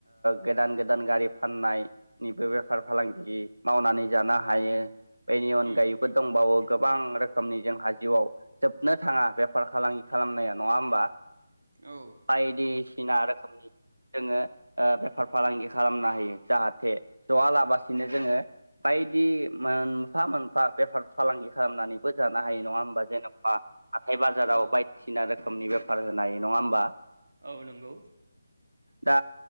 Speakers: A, on the right (about 85°); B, on the right (about 60°).
A: गोदान ओ गोदान गारि फाननाय निबो बेफार फालांगि मावनानै जानो हायो बेनि अनगायै
B: उम
A: बो दंबावो गोबां रोखोमनि जोंहा जिउआव जोबनो थाङा बेफार फालांगि खालामनाया नङा होमबा
B: औ
A: बायदिसिना रोखोमनि जोङो ओ बेफार फालांगि खालामनो हायो जाहाथे जआ लाबासिनो जोङो बायदि मोनफा मोनफा बेफार फालांगि खालामनानैबो जानो हायो नङा होमबा जेन'बा हाथाय बाजाराव
B: औ
A: बायदिसिना रोखोमनि बेफार होनाय नङा होमबा
B: औ नंगौ
A: दा